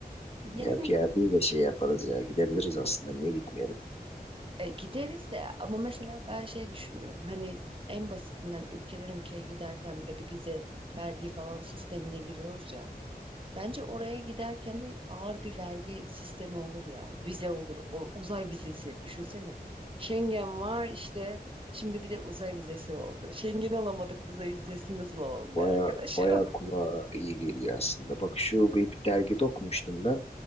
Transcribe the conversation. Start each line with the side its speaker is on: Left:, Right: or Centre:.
Right: Yani
Left: Ya, ya biz de şey yaparız ya gidebiliriz aslında niye gitmeyelim?
Right: e, gideriz de ama mesela ben şey düşünüyorum. Hani en basitinden ülkeden ülkeye giderken bile bir vize, vergi falan sistemine giriyoruz ya. Bence oraya giderken de ağır bir vergi sistemi olur ya. Vize olur, o uzay vizesi düşünsene. Schengen var işte. Şimdi bir de uzay vizesi oldu. Schengen alamadık, uzay vizesini nasıl alalım
Left: Baya
Right: be arkadaşım?
Left: baya
Right: <laughs>
Left: kulağa iyi geliyor aslında. Bak şu bir, bir dergide okumuştum ben.